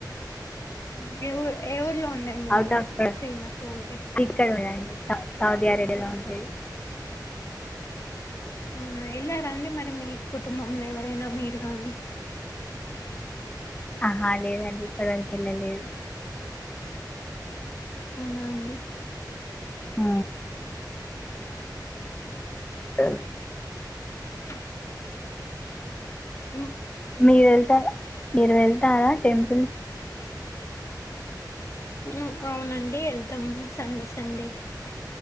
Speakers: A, on the left; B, on the left.
A: మిర ఊర్ ఎ ఊర్లో అండి అండి
B: అవుట్
A: మరియు
B: ఆఫ్
A: ఫేమస్ అంతే
B: ఇక్కడ ఉందండి సౌ సౌదీ అరేబియాలో ఉంటేది
A: అవునా వెళ్ళారాండి మరి మీ కుటుంబంలో ఎవరైనా మీరు గానీ
B: ఆహా లేదండి ఇప్పటి వరకు వెళ్ళలేదు
A: అవునా అండి
B: ఆ ఆ
A: అన్ఇన్ టెలిజిబుల్
B: మీరు వెళ్తారా మీరు వెళ్తారా టెంపుల్
A: మ్ అ అవునండి ఎళ్తాం సండే సండే